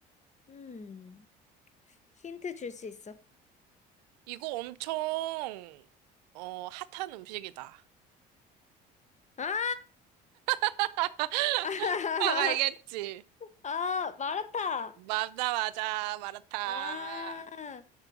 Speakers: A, on the left; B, on the right.
A: 음, 힌트 줄 수 있어.
B: 이거 엄청, 어, 핫한 음식이다.
A: 아!
B: <laughs>
A: <laughs>
B: 딱 알겠지?
A: 아, 마라탕!
B: 맞아, 맞아, 마라탕.
A: 아,